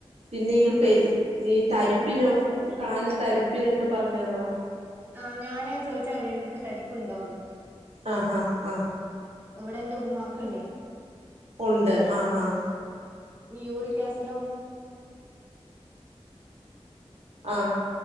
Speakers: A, on the right; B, on the right.
A: പിന്നെ
B: ഞങ്ങള്
A: ഈ പെര് ഈ തരിപ്പിനോ കാല് തരിപ്പിനൊക്കെ പറഞ്ഞ് തന്നോ?
B: ആഹ് ഞാനാത് ചോദിച്ചാ വരാറുണ്ട് നിങ്ങൾക്ക് തരിപ്പുണ്ടോന്ന്
A: ആഹ് ആഹ്
B: ഇവിടെ എന്റെ ഉമമാക്കുണ്ട്
A: ഉണ്ട് ആഹ് ആഹ്
B: യൂറിക് ആസിഡോ
A: ആഹ്